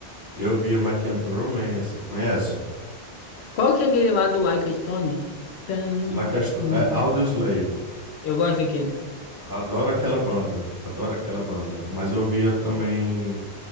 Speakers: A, on the right; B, on the left.
A: Eu via My Chemical Romance. Conhece?
B: Qual que é aquele lá do Like a Stone? Tan.
A: La Casto...
B: Hum.
A: é, Audioslave.
B: Eu gosto daquele.
A: Adoro aquela banda. Adoro aquela banda. Mas eu via também.